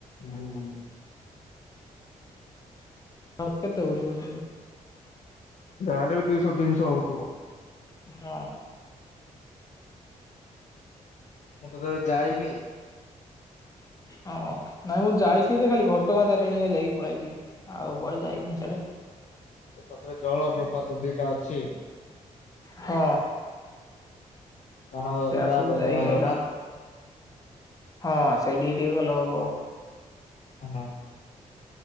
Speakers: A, on the left; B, on the left.
A: ହୁଁ।
B: ହଁ କେତେ ହୋଉଥିବ ସେଠି?
A: ଯାହାହେଲେ ବି ଦୁଇଶହ ତିନିଶହ ହୋଉଥିବ।
B: ହଁ।
A: ମୁଁ ତ କେବେ ଯାଇନି।
B: ହଁ ନାଇଁ ମୁଁ ଯାଇଥିଲି ଯେ ଖାଲି ଘଟଗାଁ ତାରିଣୀ ଯାଇକି ପଳେଇଚି ଆଉ। କୁଆଡେ ଯାଇନି
A: <unintelligible>
B: ସିଆଡେ
A: ସେ ପାଖରେ ଜଳପ୍ରପାତ ଦିଇଟା ଅଛି।
B: ହଁ।
A: ସାନ ଘାଗରା
B: ସେଆଡେ ସବୁ
A: ବଡ
B: ଯାଇକି
A: ଘାଗରା
B: ଆଇଲା ହଁ ସେଇଟିକି ଟିକେ ଗଲେ ହବ।
A: ହଁ।